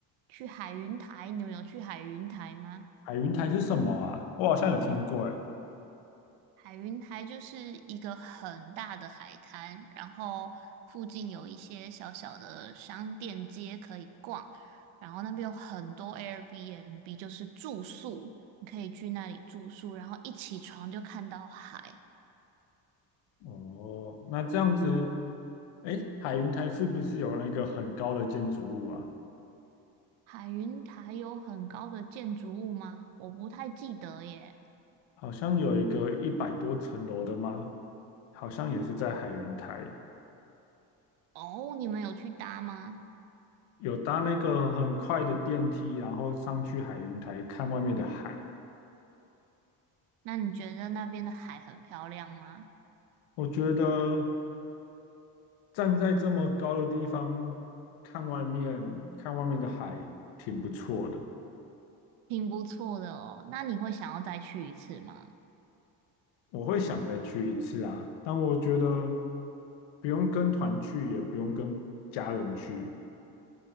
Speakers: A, on the right (about 75°); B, on the left (about 75°).
A: 去海云台。你们有去海云台吗？
B: 海云台是什么啊？我好像有听过，哎。
A: 海云台就是一个很大的海滩，然后附近有一些小小的商店街可以逛，然后那边有很多 Airbnb，就是住宿，你可以去那里住宿，然后一起床就看到海。
B: 哦，那这样子，哎，海云台是不是有那个很高的建筑物啊？
A: 海云台有很高的建筑物吗？我不太记得耶。
B: 好像有一个一百多层楼的吗？好像也是在海云台，
A: 哦，你们有去搭吗？
B: 有搭那个很快的电梯，然后上去海云台看外面的海。
A: 那你觉得那边的海很漂亮吗？
B: 我觉得。站在这么高的地方看外面，看外面的海，挺不错的。
A: 挺不错的哦。那你会想要再去一次吗？
B: 我会想再去一次啊，但我觉得不用跟团去，也不用跟家人去。